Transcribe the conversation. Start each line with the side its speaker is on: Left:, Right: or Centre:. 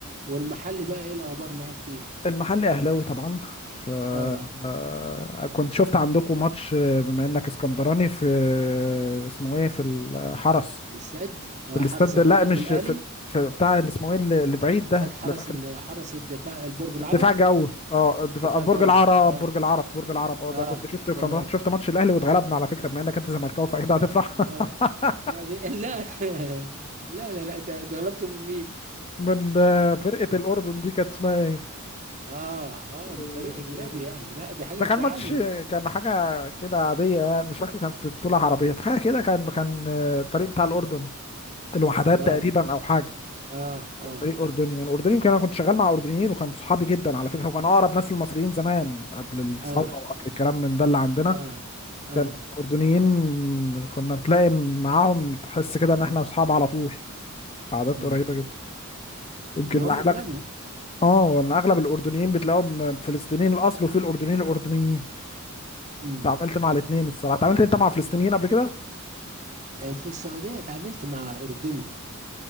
Right: والمحل بقى ايه الاخبار معاك فيه
Left: المحل اهلاوي طبعا ف
Right: اه
Left: آه، كنت شفت عندكم ماتش آه، بما انك اسكندراني في اسمه ايه في الحرس
Right: الاستاد آه
Left: في الاستاد
Right: حرس
Left: ده-
Right: الحدود
Left: لا مش
Right: والاهلي
Left: في في بتاع اللي اسمه ايه اللي اللي بعيد
Right: استاد
Left: ده
Right: حرس
Left: اللي في اخر
Right: ال- حرس الدفاع البرج العرب
Left: الدفاع جو اه الدفاع
Right: دفاع
Left: برج
Right: جوي
Left: العرب
Right: اه
Left: برج العرب برج العرب اه
Right: اه
Left: ده كنت شفت كان
Right: تمام
Left: رحت شفت ماتش الاهلي واتغلبنا على فكره بما انك انت زملكاوي فاكيد هتفرح
Right: اه
Left: <laughs>
Right: آه، لا <laughs> لا لا لا انت أنت غلبته من مين
Left: من آه، فرقه الاردن دي كانت اسمها ايه؟
Right: اه
Left: آه،
Right: اه من فريق اجنبي يعني لا دي حاجة
Left: ده
Right: تزعلني
Left: كان ماتش
Right: ما تفهمنيش
Left: كان حاجة كده عادية يعني مش فاكر كان في بطولة عربية في حاجة كده كان كان الفريق بتاع الأردن الوحدات
Right: اه
Left: تقريبا أو حاجة
Right: اه اه
Left: فريق أردني أنا أردني كان أنا كنت شغال مع أردنيين وكان صحابي جدا على فكرة وكان أقرب ناس للمصريين زمان قبل الثورة
Right: اه
Left: وقبل الكلام من ده اللي عندنا
Right: اه اه
Left: كان الأردنيين كنا بتلاقي معاهم تحس كده إن إحنا أصحاب على طول عادات
Right: امم
Left: قريبة جدا يمكن
Right: ما هم
Left: أغلب
Right: جيراننا
Left: آه إن أغلب الأردنيين بتلاقيهم فلسطينيين الأصل وفي الأردنيين الأردنيين
Right: امم
Left: اتعاملت مع الاتنين الصراحة اتعاملت أنت مع فلسطينيين قبل كده؟
Right: آه، في السعودية اتعاملت مع أردني